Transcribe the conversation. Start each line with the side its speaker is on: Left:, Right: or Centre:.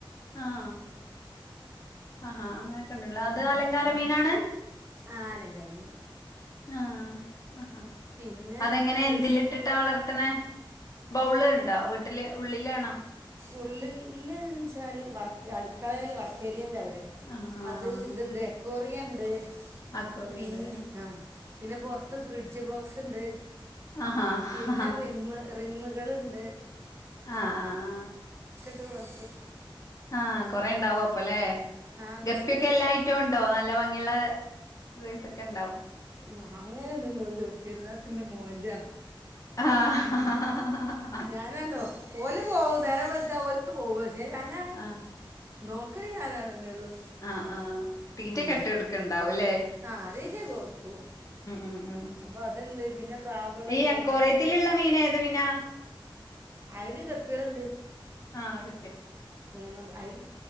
Left: ആഹ ആഹാ അങ്ങനൊക്കെ ഉണ്ടുള്ളോ അത് അലങ്കാര മീനാണ്
Right: ആ അലങ്കാരമീൻ
Left: ആ ആ
Right: പിന്നെ
Left: അതെങ്ങനെ
Right: കൃഷി
Left: എന്തില് ഇട്ടിട്ടാ വളർത്തണേ ബൗള് ഇണ്ടോ വീട്ടില് ഉള്ളിലാണോ
Right: ഉള്ളിൽ വെച്ചാൽ വർക്ക് അടുക്കളൽ വർക്ക് ഏരിയൻ്റെ അവി
Left: ആഹ് ആഹ്
Right: അത്
Left: ആഹ്
Right: ഇത്ണ്ട് എക്കോറിയ ഉണ്ട്
Left: അക്വേറിയം
Right: പിന്നെ
Left: ഉണ്ട്
Right: ആ പിന്നെ പുറത്ത് ഫ്രിഡ്ജ് ബോക്സ് ഉണ്ട്
Left: ആഹ് ആഹാ
Right: പിന്നെ റിമ്മ് റിമ്മ് കളുണ്ട്
Left: ആ ആഹ് ആ
Right: <unintelligible>
Left: ആ കൊറേ ഉണ്ടാവു അപ്പല്ലേ
Right: ആ കുറച്ചുണ്ട്
Left: ഗപ്പിയൊക്കെ എല്ലാ ഐറ്റവും ഉണ്ടോ നല്ല ഭംഗിയുള്ള ഒരുസ ഒക്കെ ഉണ്ടാവും
Right: ന അങ്ങനെ ഒന്നും ഇന്നോട് ചോദിക്കരുത് അതൊക്ക് എന്റെ മോൻ്റ
Left: ആ
Right: ഞാനാന്നോ ഓല് പോക നേര വളുത്താ ഓല പോക പക്ഷേ ഞാനാ
Left: ആഹ്
Right: നോക്കറി ഞാനാണെന്നേ ഉള്ളൂ
Left: ആ ആ തീറ്റക്കെട്ട്
Right: ഉം.
Left: എടുക്കണ്ടാവും അല്ലേ
Right: ആ രീജ കൊടുക്കൂ
Left: ഉം ഉം
Right: അപ്പൊ അതെന്ത് പിന്നെ പ്രാവുകളുണ്ട്
Left: ഈ അക്കോറത്തിലുള്ള
Right: പത്ത്
Left: മീൻ ഏത് മീനാ
Right: അയില് കപ്പികളുണ്ട്
Left: ആ ഗ
Right: ഉം അയിൽ